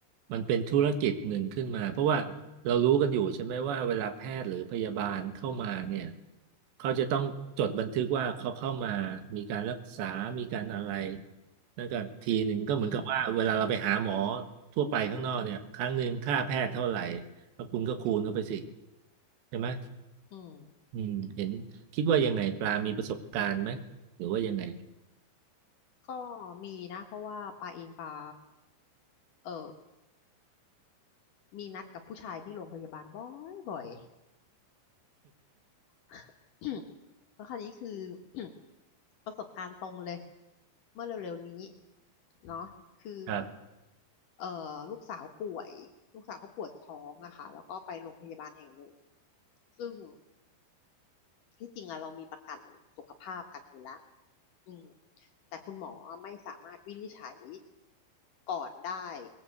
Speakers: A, on the right (about 75°); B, on the left (about 60°).
A: มันเป็นธุรกิจหนึ่งขึ้นมาเพราะว่าเรารู้กันอยู่ใช่ไหมว่าเวลาแพทย์หรือพยาบาลเข้ามาเนี่ยเขาจะต้องจดบันทึกว่าเขาเข้ามามีการรักษามีการอะไรนั่นก็ทีหนึ่งก็เหมือนกับว่าเวลาเราไปหาหมอ
B: อืม
A: ทั่วไปข้างนอกเนี่ยครั้งหนึ่งค่าแพทย์เท่าไหร่แล้วคุณก็คูณเข้าไปสิใช่ไหม
B: อืม
A: อืมเห็นคิดว่ายังไงปลามีประสบการณ์ไหมหรือว่ายังไง
B: ก็มีนะเพราะว่าปาเองปาเออมีนัดกับผู้ชายที่โรงพยาบาลบ่อยบ่อย <coughs> แล้วคราวนี้คือ <coughs> ประสบการณ์ตรงเลยเมื่อเร็วๆนี้เนาะคือ
A: ครับ
B: เอ่อลูกสาวป่วยลูกสาวเขาปวดท้องอะค่ะแล้วก็ไปโรงพยาบาลแห่งหนึ่งซึ่ง ที่จริงอะเรามีประกันสุขภาพกันอยู่แล้วอืมแต่คุณหมอไม่สามารถวินิจฉัยก่อนได้